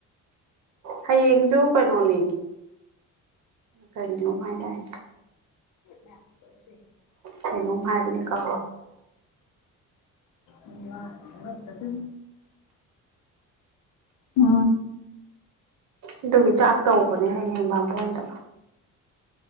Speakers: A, on the right (about 60°); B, on the left (about 70°).
A: ꯍꯌꯦꯡꯁꯨ ꯀꯩꯅꯣꯅꯤ ꯀꯔꯤꯅꯣꯝ ꯍꯥꯏꯥꯏ ꯇꯥꯏ
B: ꯃ ꯁꯦ
A: ꯀꯒꯣꯝ ꯍꯥꯏꯕꯅꯤ ꯀꯥ
B: ꯎ ꯋꯥ ꯏꯃ ꯆꯆꯤꯟ ꯑ
A: ꯑꯗꯨꯒꯤ ꯆꯥꯛ ꯇꯧꯕꯅꯦ ꯍꯌꯦꯡꯕꯥꯝꯕꯣꯟꯗ